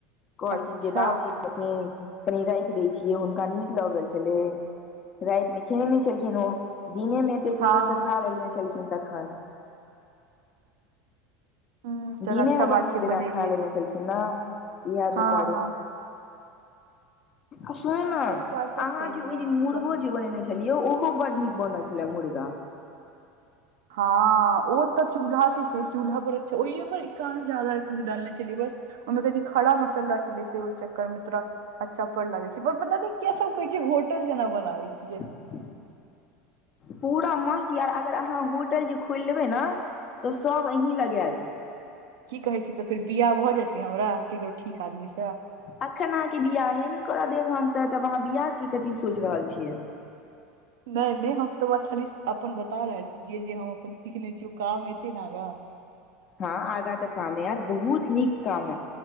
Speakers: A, on the left; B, on the right.
A: कहलखिन
B: अच्छा
A: जे बाबूजी खेथिन कनि रैख दै छिये हुनका निक लगल छेले। राइत मे खेने नै छेलखिन ओ दिने मे ऐते
B: हँ
A: सुन्दर से खा लेने छेलखिन तखन।
B: ह चल
A: दिने
B: अच्छा
A: मे बड़
B: बात
A: निक
B: छै
A: जेना
B: बनेलियै
A: खा लेने
B: तऽ
A: छेलखिन नऽ येह
B: हँ
A: दुआरे।
B: हँ
A: आ सुनू नऽ
B: से बात तऽ
A: अहाँ
B: छैहे
A: जे ओइ
B: आब
A: दिन
B: की
A: मुर्गो
B: कऽ सकै
A: जे
B: छी
A: बनेने छली खेलियो ओहो बड निक बनल छेला मुर्गा।
B: हाँ ओ तऽ चूल्हां के छैय चूल्हां पर अच्छा ओइ पर इ। कहाँ ज्यदा कुछ डालने छेलियै बस ओइ मे कनि खाड़ा मसला छेलै से ओइ चक्कर मे तोरा अच्छा पर लागे छैय पर पता नै के सब कहे छैय होटल जेना बनाबे छिये
A: <inaudible> पुरा मस्त या अगर अहाँ होटल जे खोइल लेबे ना तऽ सब अहीं लग ऐत
B: कि कहे छी तऽ फेर बिया भऽ जेते हमरा केकरो ठीक आदमी सऽ
A: अखन अहाँ के बियाहे नै करऽ देब हम तैं अहाँ बिया के कथी सोच रहल छिये
B: नै नय हम तऽ बस खाली अपन बता रहल छी जे जे हम अपन सिखने छी ओ काम ऐते नै आगा
A: हाँ आगा तऽ काम ऐत बहुत नीक काम ऐत